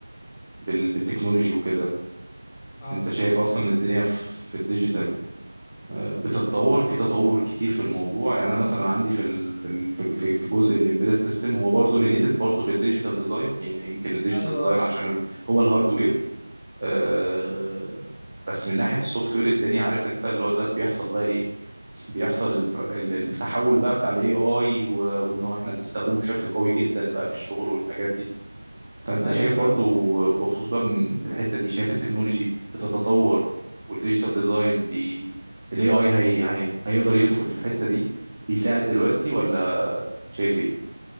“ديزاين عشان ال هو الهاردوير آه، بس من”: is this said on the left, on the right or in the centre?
Right